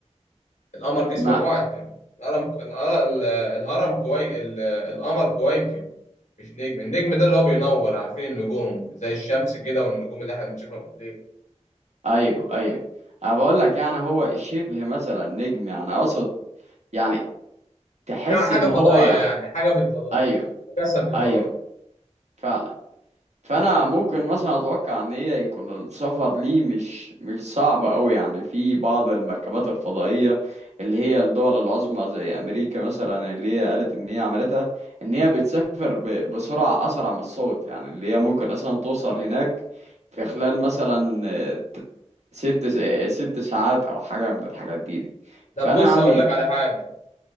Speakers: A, on the left (about 75°); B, on the right (about 65°).
A: القمر جسم
B: ما
A: معتم الهرم القر- ال- الهرم كوي ال- القمر كويكب مش نجم النجم ده اللي هو بينور عارفين النجوم زي الشمس كده والنجوم اللي إحنا بنشوفها بالليل
B: ايوه ايوه أنا بقول لك يعني هو شبه مثلا نجم يعني اقصد يعني تحس
A: حاجة
B: ان
A: فضائية
B: هو
A: يعني حاجة في الفضاء
B: ايوه
A: مكثف في الفضاء
B: ايوه فعلا فانا ممكن مثلا اتوقع ان هي يكون السفر ليه مش مش صعب قوي يعني في بعض المركبات الفضائيه اللي هي الدول العظمى زي امريكا مثلا اللي هي قالت ان هي عملتها ان هي بتسافر ب- بسرعه اسرع من الصوت يعني اللي هي ممكن اصلا توصل هناك في خلال مثلا آه، ت- ست س- آه، ست ساعات او حاجه من الحاجات دي دي
A: طب
B: فانا
A: بص
B: يعني
A: هقول لك على حاجة